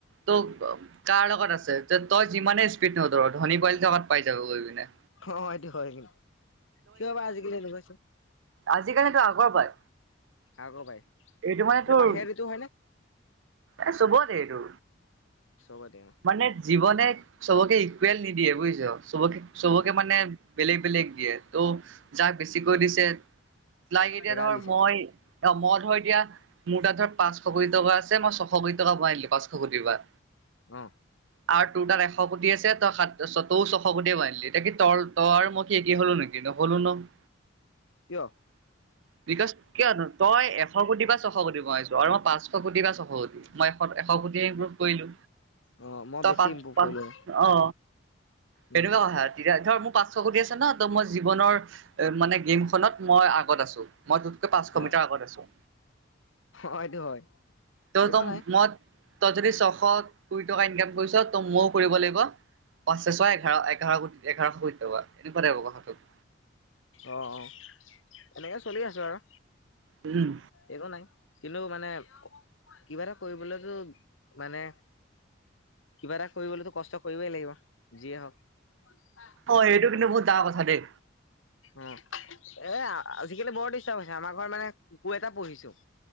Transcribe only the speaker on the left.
অ এটো হয় কিয় বা আজিকালি লগাইছ।
কাকো পাই
নে
বাহিৰা ঋতু হয় নে
চুব দিম অ।
অ'
এগাল
দিছে।
অঁ।
কিয়।
অ মই
বেছি
ইম্প্ৰুভ
কৰিলো
উম
অ
হয়টো হয়
একো নাই
অ অ এনেকে চলি আছোঁ আৰু।
একো নাই কিন্তু মানে কিবা এটা কৰিবলৈতো মানে। কিবা এটা কৰিবলেতো কষ্ট কৰিবই লাগিব যিয়েই হওঁক। <unintelligible>
অ এ আজিকালি বৰ ডিষ্টাৰ্ব হৈছে আমাৰ ঘৰত মানে কুকুৰ এটা পোঢ়িছো।